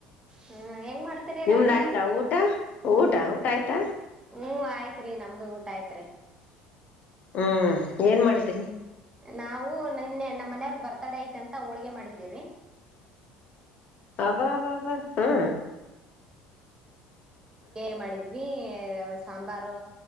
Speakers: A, on the right (about 20°); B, on the left (about 45°).
A: ಹ್ಮ್ ಹೆಂಗ್ ಮಾಡ್ತೀರಿ
B: ನಿಮ್ದ
A: ರಾಗಿ ಗಂಜಿ
B: ಆಯ್ತಾ ಊಟ ಊಟ ಊಟ ಆಯ್ತಾ
A: ಹ್ಮ ಆಯ್ತ್ರಿ ನಮ್ದು ಊಟ ಆಯ್ತ್ರಿ
B: ಹ್ಮ್ ಏನ್ ಮಾಡಿದ್ರರಿ
A: ನಾವು ನಿನ್ನೆ ನಮ್ಮ ಮನೆಯವ್ರಗ್ ಬರ್ತಡೆ ಐತೆ ಅಂತ ಹೋಳ್ಗೆ ಮಾಡಿದ್ದೀವರಿ
B: ಅಬಬಬಾ ಹು
A: ಹೇ ಮಾಡಿದ್ವಿ ಸಾಂಬಾರು